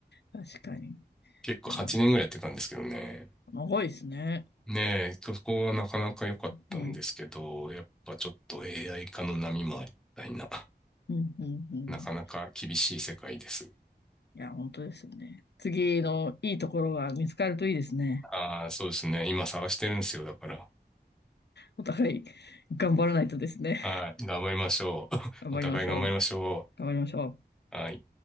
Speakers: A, on the left (about 75°); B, in the centre.
A: 確かに。い
B: 結構8年ぐらいやってたんですけどね。
A: や、まあ、長いですね。
B: ねえ、そこはなかなか良かったんですけど、
A: うん、う
B: やっぱちょっと AI 化の波もありみたいな、
A: ん、うん、うん。
B: なかなか厳しい世界です。
A: いや、本当ですよね。次のいいところが見つかるといいですね。
B: ああ、そうですね。今探してるんですよ、だから。
A: お互い頑張らないとですね。
B: はい、頑張りましょう。
A: 頑張りましょう。
B: <laughs> お互い頑張りましょ
A: 頑張りましょう。
B: う。はい。